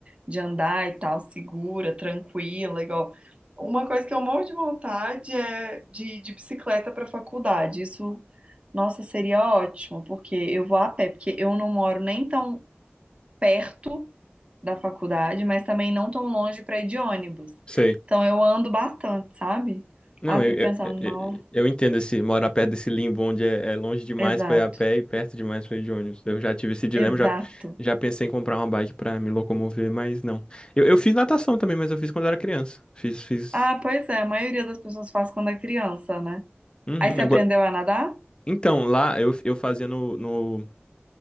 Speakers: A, on the right; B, on the left.
A: de andar e tal, segura, tranquila, igual. Uma coisa que eu morro de vontade é de ir de bicicleta para faculdade. Isso, nossa, seria ótimo, porque eu vou a pé, porque eu não moro nem tão perto da faculdade, mas também não tão longe para ir de ônibus.
B: Sei.
A: Então eu ando bastante, sabe?
B: Não,
A: Aí eu
B: eu,
A: fico pensando,
B: eu,
A: não,
B: eu eu entendo esse morar perto desse limbo onde é, é longe demais
A: exato.
B: foi a pé e perto demais foi de ônibus. Eu já tive esse dilema,
A: Exato.
B: já, já pensei em comprar uma bike pra me locomover, mas não. Eu, eu fiz natação também, mas eu fiz quando era criança. Fiz, fiz.
A: Ah, pois é, a maioria das pessoas faz quando é criança, né?
B: Uhum,
A: Aí você
B: eu
A: aprendeu
B: go-
A: a nadar?
B: Então, lá eu, eu fazia no, no,